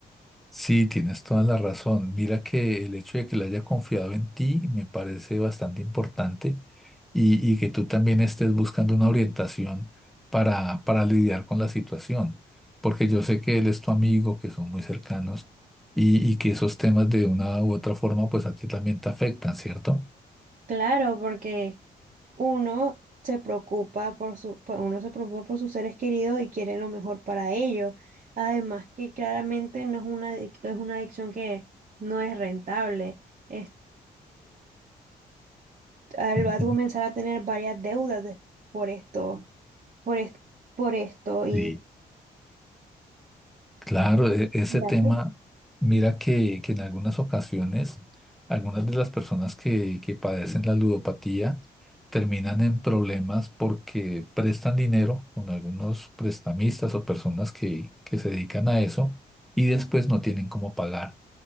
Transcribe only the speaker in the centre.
Sí, tienes toda la razón. Mira que el hecho de que le haya confiado en ti me parece bastante importante y, y que tú también estés buscando una orientación para, para lidiar con la situación, porque yo sé que él es tu amigo, que son muy cercanos y, y que esos temas de una u otra forma pues a ti también te afectan, ¿cierto?
Ujú.
Sí. Claro, e- ese
tema,
mira que, que en algunas ocasiones, algunas de las personas que, que padecen la ludopatía terminan en problemas porque prestan dinero con algunos prestamistas o personas que, que se dedican a eso y después no tienen cómo pagar.